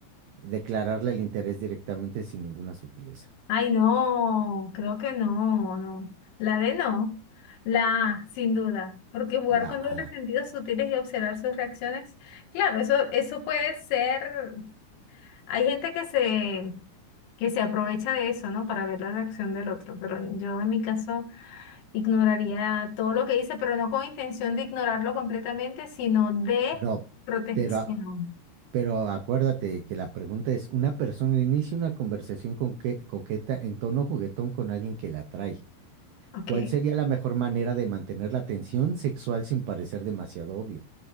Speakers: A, on the right; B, on the left.
A: declararle el interés directamente sin ninguna sutileza.
B: Ay, no, creo que no, no. La D no. La A, sin duda. Porque jugar
A: La
B: con
A: A.
B: dobles sentidos sutiles y observar sus reacciones, claro, eso, eso puede ser. Hay gente que se, que se aprovecha de eso, ¿no? Para ver la reacción del otro. Pero yo en mi caso ignoraría todo lo que dice, pero no con intención de ignorarlo completamente, sino de
A: No,
B: protección.
A: pero Pero acuérdate que la pregunta es, una persona inicia una conversación con que- coqueta en tono juguetón con alguien que la atrae.
B: Ok.
A: ¿Cuál sería la mejor manera de mantener la tensión sexual sin parecer demasiado obvio?